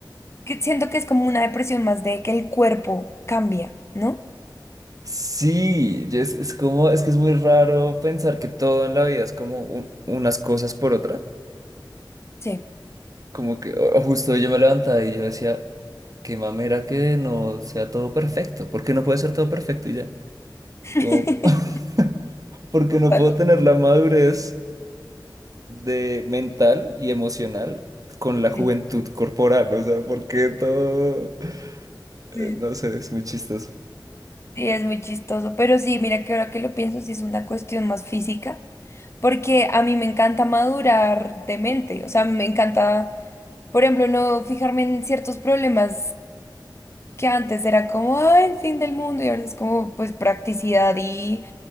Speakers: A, on the left; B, on the right.
A: que siento que es como una depresión más de que el cuerpo cambia, ¿no?
B: Sí, y es, es como, es que es muy raro pensar que todo en la vida es como un- unas cosas por otras.
A: Sí.
B: Como que o- o justo yo me levantaba y yo decía, qué mamera que no sea todo perfecto, porque no puede ser todo perfecto y ya.
A: <laughs>
B: Como, <laughs> porque
A: Total.
B: no puedo tener la madurez de mental y emocional con la juventud
A: Sí.
B: corporal, o sea, porque todo,
A: Sí,
B: eh, no sé, es muy chistoso.
A: Sí, es muy chistoso, pero sí, mira que ahora que lo pienso, sí es una cuestión más física, porque a mí me encanta madurar de mente, o sea, a mí me encanta, por ejemplo, no fijarme en ciertos problemas que antes era como, "Ay, el fin del mundo y ahora es como pues practicidad y,